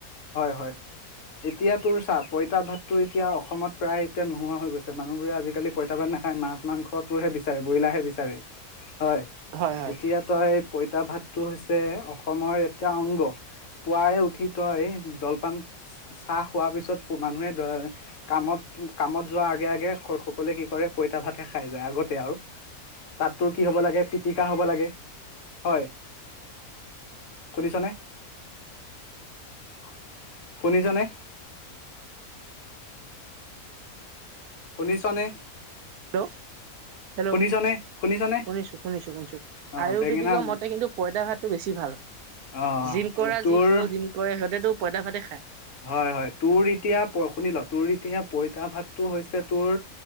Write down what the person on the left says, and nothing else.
-হয় - হয়। এতিয়া তোৰ চাপ পইতা ভাতটো এতিয়া অসমত প্ৰায় এতিয়া নোৱা হৈ গৈছে মানুহবোৰে আজি কালি পইতা ভাত নাখায় মাছ মাংসটোহে বিচাৰে। বইলাৰাহে বিচাৰে। হয়
এতিয়া তই পইতা ভাতটো হৈছে অসমৰ এয়া অংগ পুৱাই উঠি হয় জল পান চাহ খোৱাৰ পিছত মানুহে কামত- কামত যোৱা আগে- আগে সকলোৱে কি কৰে পইতা ভাতহে খাই যায় আগতে আৰু। তাততোৰ কি হ'ব লাগে পিটিকা হ'ব লাগে হয় শুনিছনে - শুনিছনে। শুনিছনে?
শুনিছনে শুনিছনে
অ
বেঙেনা
অ
তোৰ
হয় - হয় তোৰ এতিয়া শুনিল তোৰ এতিয়া পইতা ভাতটো হৈছে তোৰ